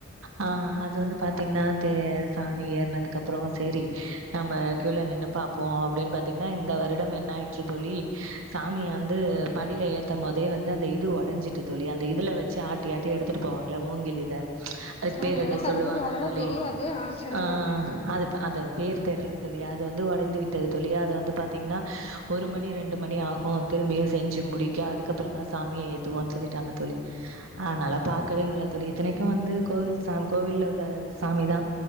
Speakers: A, on the right; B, on the left.
A: ஆ அது வந்து பாத்திங்னா தே சாமி ஏறுனதுக்கப்றோ சேரி நம்ம க்யூல நின்னு பாப்போ அப்டின் பாத்திங்னா இந்த வருடம் என்னாயிற்று தோழி சாமிய வந்து படில ஏத்தம்மோதே வந்து அந்த இது ஒடஞ்சிட்டு தோழி அந்த இதுல வெச்சு ஆட் எடுத்துட்டு போவாங்கல மூங்கில் இத அதுக்
B: ஆமா
A: பேர் எதோ
B: எனக்கு
A: சொல்லுவாங்க
B: அத பத்தி அவ்ளவா
A: தோழி
B: தெரியாது சொல்லுங்க
A: ஆ அதுப் அது பேர் தெர்ல தோழி அது வந்து ஒடைந்து விட்டது தோழி அத வந்து பாத்திங்னா ஒரு மணி ரெண்டு மணி ஆகு திரும்பியு செஞ்சு முடிக்க அதுக்கப்பறந்தா சாமிய ஏத்துவோன் சொல்லிட்டாங்க தோழி ஆனா நல்லா பாக்கவே முல்ல தோழி இத்தனைக்கு வந்து கோவில் சாம் கோவில்ல உள்ள சாமி தா